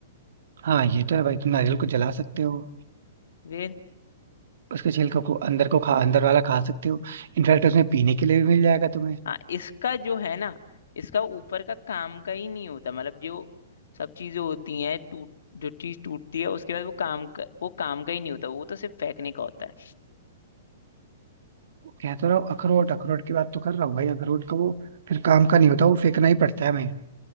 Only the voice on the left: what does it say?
वे
हाँ इसका जो है ना इसका ऊपर का काम का ही नहीं होता मतलब जो सब चीजें होती हैं टूट जो चीज टूटती है उसके बाद वो काम का वो काम का ही नहीं होता वो तो सिर्फ फेंकने का होता है